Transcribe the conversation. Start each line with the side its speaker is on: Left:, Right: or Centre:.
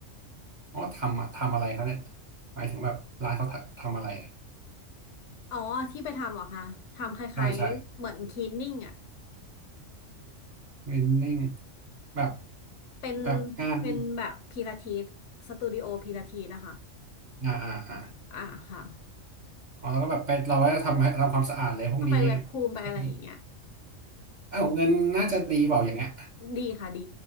Right: อ๋อทำอะทำอะไรเขาเนี่ยหมายถึงแบบร้านเขาทำทำอะไร
Left: อ๋อที่ไปทำเหรอคะทำคล้ายๆเหมือนคลีนนิ่งอ่ะ
Right: ใช่ใช่เทรนนิ่งแบบ
Left: เป็น
Right: แบบงาน
Left: เป็นแบบพิลาทิสสตูดิโอพิลาทิสนะคะ
Right: อ่าอ่าอ่า
Left: อ่าค่ะ
Right: อ๋อแล้วก็แบบไปเราก็จะทำให้ทำความสะอาดเลยพวกนี้
Left: ก็ไปแวคคูมไปอะไรอย่างเงี้ย
Right: ใช่ไหมอ้าวเงินน่าจะดีเปล่าอย่างเงี้ย
Left: ดีค่ะดี